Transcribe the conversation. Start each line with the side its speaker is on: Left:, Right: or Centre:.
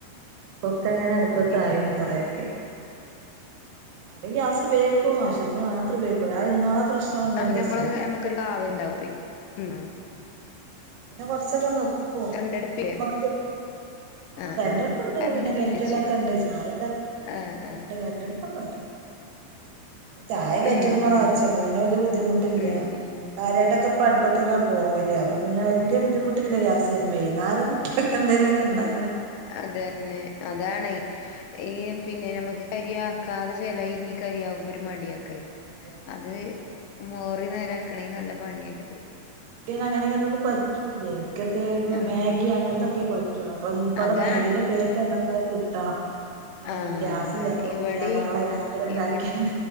Right: പൊക്കെ അങ്ങനെ അടുപ്പത്ത
Left: ഏഹ്
Right: ആായിണ് കൊറെയൊക്കെ നല്ല ഗ്യാസ് ബേക്കും ആവശ്യത്തിന് മാത്രംേക്കൂ ഇന്നാെ ആ പ്രശ്നം വന്നേന്റെഷേ
Left: അപ്പൊ നമ്മള് നമുക്കരു കാവംുണ്ടായി ഉ
Right: പിന്നെ കുറച്ചൊക്കെ നോക്കുവ
Left: കറണ്ടടുപ്പില്ലേ
Right: മറ്റേ നമ്മക്ക് കി ആ
Left: ആഹ്
Right: കരണ്ടടുപ്പ്ണ്ട്
Left: ആഹ് കറണ്ട്
Right: പിന്നെ
Left: ബില്ലിച്ചു
Right: കെറ്റലൊക്കെ ഉണ്ട് ചായല്ല
Left: ആഹ്
Right: ആ
Left: ആഹ്
Right: ഉണ്ട് കരണ്ടടുപ്പ് ചായ കയറ്റലമ
Left: ഉം ഉം
Right: കാച്ചപ്പ പിന്നെ വല്ിയ ബുദ്ധിമുട്ടില്ല
Left: ഉം ഉം
Right: കാര്യട്ടൊക്കെപ്പൊ അടുപ്പത്തന്ന പോകലല്ലേ അപ്പ പിന്നെ വിയ ബദ്ിമുട്ടില്ല ഗ്യാസ് ചെയ്യുമ്പോ വട്ട <unintelligible> ക്കെന്തേലൊക്കണ്ടാ
Left: അത തന്നെ അതാണ ഈ പിന്നെ നമുക്ക് കരിയാക്കാതെ ചെില ഇനി കരി ആവുമ്പോ ഒരു മടിയക്കറി
Right: ആഹ് മടിയാണ്
Left: അത് മോറി നേരാക്കണമെങ്കിൽ നല്ല പണിയല്ലേ
Right: അങ്ങനെന്തൊ പറ്റല്ലേ എനിക്കത്തെ ഇ
Left: ഉം
Right: മാഗി അങ്ങനത്തെൊക്കെ പറ്റുള്ളൂ അപ്പം ഇവിടെ
Left: അതാണ്
Right: മാഗിന്റെ പേക്ക് ഉണ്ട കിട്ടണം ന പറഞ്ഞാൽ
Left: ആഹ്
Right: ഗ്യാസില്ലാത്തൊണ്ട്
Left: ഇവടിം
Right: നീ നാളെ രാവിലെ ഉണ്ടാക്കിയ
Left: ഇവിട്